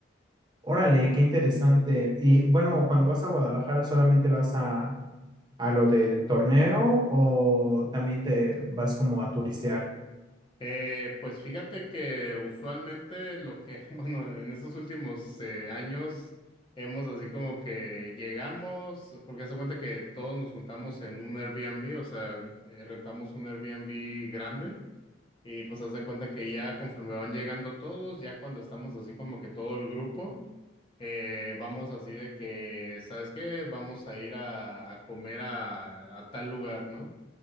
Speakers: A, on the right; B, on the left.
A: Órale, qué interesante. Y bueno, cuando vas a Guadalajara, ¿solamente vas a, a lo del torneo o también te vas como a turistear?
B: Eh, pues fíjate que usualmente lo que, <laughs> bueno, en estos últimos eh, años hemos así como que llegamos, porque haz de cuenta que todos nos juntamos en un Airbnb, o sea, eh, rentamos un Airbnb grande y pues haz de cuenta que ya conforme van llegando todos, ya cuando estamos así como que todo el grupo, eh, vamos así de que, ¿sabes qué? Vamos a ir a, a comer a, a tal lugar, ¿no?